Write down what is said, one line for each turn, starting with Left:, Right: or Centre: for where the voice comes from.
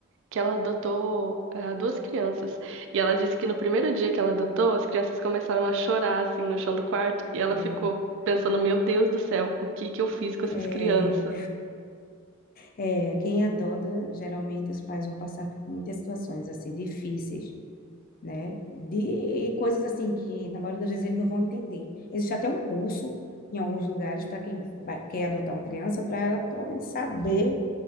Right: que ela adotou ah, duas crianças. E ela disse que no primeiro dia que ela adotou, as crianças começaram a chorar, assim, no chão do quarto. E ela
Left: É,
Right: ficou pensando: Meu Deus do céu, o que que eu fiz com essas
Left: é.
Right: crianças?
Left: É, quem adota, geralmente os pais vão passar por muitas situações assim difíceis, né? De e coisas assim que na maioria das vezes eles não vão entender. Existe até um curso em alguns lugares para quem vai- quer adotar uma criança, para ela pelo menos saber